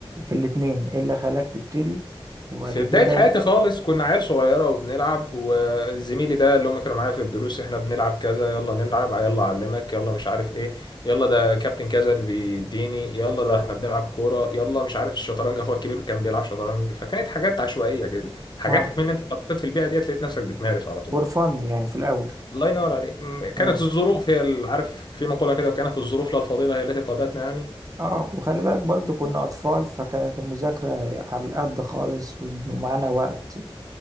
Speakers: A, on the right (about 35°); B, on the left (about 50°).
A: في الاتنين ايه اللي خلاك تبتدي وبعد
B: في
A: كده
B: بداية حياتي
A: ال-
B: خالص كنا عيال صغيرة وبنلعب وزميلي ده اللي هم كانوا معايا في الدروس احنا بنلعب كذا يلا نلعب آه، يلا أعلمك يلا مش عارف ايه يلا ده كابتن كذا اللي بيديني يلا ده احنا بنلعب كورة يلا مش عارف الشطرنج اخويا الكبير كان بيلعب شطرنج فكانت حاجات عشوائية كده حاجاتك
A: اه
B: من انت اتحطيت في البيئة ديت لقيت نفسك بتمارس على طول
A: فور فن يعني في الاول
B: الله ينور عليك م- كانت
A: حلو
B: الظروف هي اللي- عارف في مقولة كده وكانت الظروف لا الفضيلة هي التي قادتنا يعني
A: اه وخلي بالك برضو كنا اطفال فكانت المذاكرة على القد خالص وب- ومعانا وقت